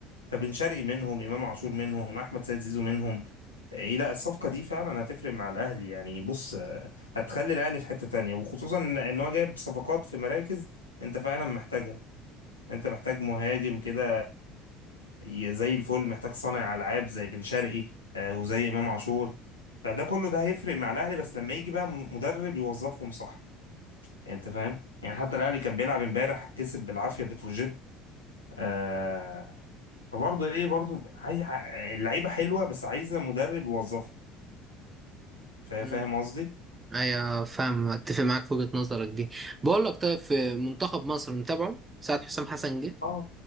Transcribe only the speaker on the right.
امم
ايوه فاهم اتفق معاك في وجهه نظرك دي بقول لك طيب في منتخب مصر متابعه ساعه حسام حسن جه